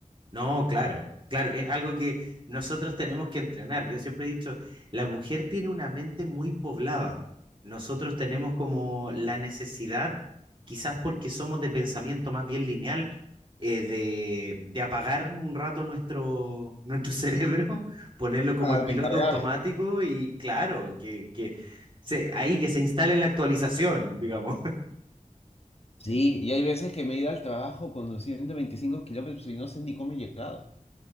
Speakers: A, on the right (about 40°); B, on the left (about 50°).
A: No, claro, claro, es algo que nosotros tenemos que entrenar. Yo siempre he dicho, la mujer tiene una mente muy poblada. Nosotros tenemos como la necesidad, quizás porque somos de pensamiento más bien lineal, eh, de, de apagar un rato nuestro, nuestro <laughs> cerebro, ponerlo como
B: Al
A: en piloto
B: recargar.
A: automático y claro, que, que se, ahí que se instale la actualización, digamos.
B: Sí, y hay veces que me he ido al trabajo conduciendo 25 kilómetros y no sé ni cómo he llegado.